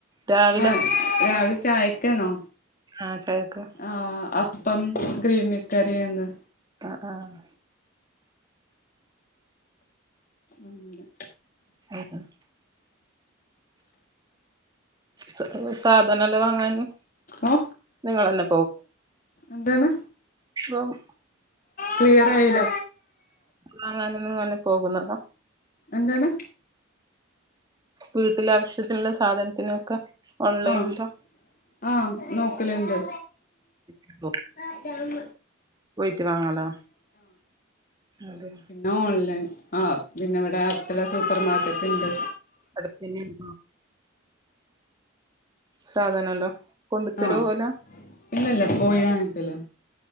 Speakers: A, on the right; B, on the left.
A: രാവിലെ
B: ആഹ് രാവില ചായക്കണോ
A: ആഹ് ചായക്ക്
B: ആ അപ്പംഗ്ര രീമിക്കറി ഏന്ന്
A: ആഹ് ആഹ്
B: അങ്ങനെ
A: ഹാ ഹാ സ സാധനല്ലാം വാങ്ങാന്
B: ഓ
A: നിങ്ങളന്നെ
B: എന്താണ്
A: ബമ്
B: ക്ലിയർ ആയില
A: വാങ്ങാന് നിങ്ങനെ പോകുന്നതാ
B: എന്താണ്
A: വീട്ടില ആവശ്യത്തിനുള്ള സാധനത്തിനൊക്കെ ഓൺലൈനിലോ
B: ആഹ് ആഹ് നേക്കലണ്ട്
A: ന്നു
B: ആ ഡമ
A: പോയിട്ട് വങ്ങാലോ അതെ
B: പിന്ന ഓൺലൈൻ ആഹ് പിന്നെ ഇവിടെ അട്ത്ത്ള്ള സൂപ്പർ മാർക്കറ്റ് ഇണ്ട്
A: അട്ത്തന്നെണേ സാധനണ്ടോ കൊണ്ടു തരുവോ
B: ആഹ്
A: ഓല
B: ഇല്ലല്ല പോയി വാങ്ങിക്കല്